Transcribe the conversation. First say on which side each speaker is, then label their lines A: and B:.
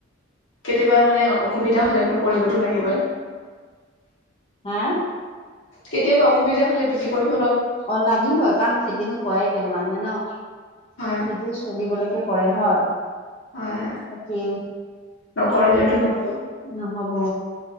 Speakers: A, on the left; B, on the left.
A: কেতিয়াবা মানে অসুবিধা হ'লেতো। কৰিবতো লাগিব।
B: হা।
A: কেতিয়াবা অসুবিধা হ'লে বিক্ৰী কৰিম।
B: অ লাগিবৈ কাৰণ খেতিনো কৰাই কেলে মানুহে ন সেইটো
A: হয়
B: চলিবলৈকে। কৰে হয়
A: হয় হয়
B: বাকী।
A: নকৰিলেতো
B: হয় দিয়া
A: নহ'ব
B: নহ'ব।